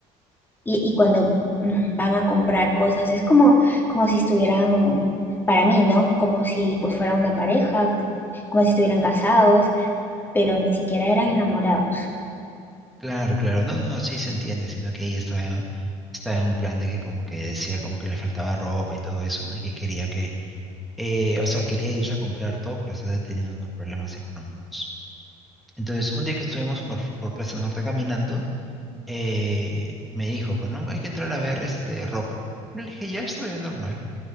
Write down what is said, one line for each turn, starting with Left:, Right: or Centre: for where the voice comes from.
Left: y, y cuando mm, van a comprar cosas, es como, como si estuvieran, para mí, ¿no? Como si pues fueran una pareja, como si estuvieran casados, pero ni siquiera eran enamorados.
Centre: Claro, claro, no, no, sí se entiende, sino que ella estaba, estaba en un plan de que como que decía como que le faltaba ropa y todo eso, ¿no? Y que quería que, eh, o sea, quería irse a comprar todo, pero estaba teniendo unos problemas económicos. Entonces, un día que estuvimos por, por Plaza Norte caminando, eh, me dijo, pues no, hay que entrar a ver este ropa. Yo le dije, ya estoy bien normal.